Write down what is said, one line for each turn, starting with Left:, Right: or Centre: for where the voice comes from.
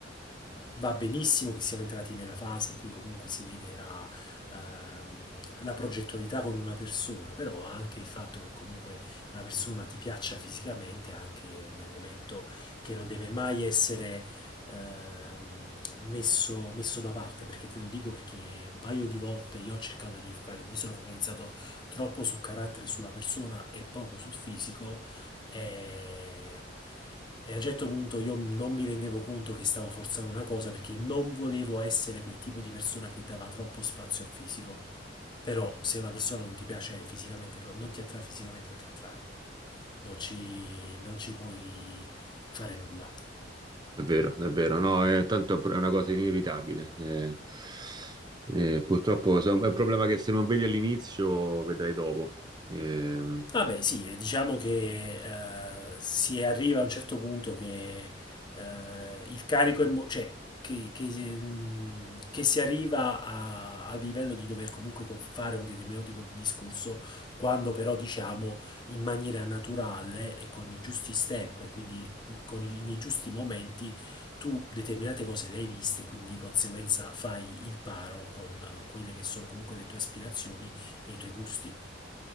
Left: va benissimo che siamo entrati nella fase in cui comunque si vede la, ehm, la progettualità con una persona, però anche il fatto che comunque la persona ti piaccia fisicamente è anche un elemento che non deve mai essere ehm, messo, messo da parte, perché te lo dico perché un paio di volte io ho cercato di focalizzare, mi sono focalizzato troppo su carattere e sulla persona e poco sul fisico e, e a un certo punto io non mi rendevo conto che stavo forzando una cosa perché non volevo essere quel tipo di persona che dava troppo spazio al fisico. Però se una persona non ti piace fisicamente, non non ti attrae fisicamente, non ti attrae. Non ci, non ci puoi fare nulla.
Right: vero, è vero, no, è, tanto è una cosa inevitabile. eh. Eh, purtroppo so- è un problema che se non vedi all'inizio vedrai dopo. Ehm,
Left: Ah beh, sì, eh, diciamo che eh, si arriva a un certo punto che eh, il carico, emo- cioè che, che, mm, che si arriva a, a livello di dover comunque con- fare un determinato tipo di discorso, quando però diciamo in maniera naturale e con i giusti step e quindi con i- nei giusti momenti tu determinate cose le hai viste, quindi di conseguenza fai il paro con quelle che sono comunque le tue aspirazioni e i tuoi gusti.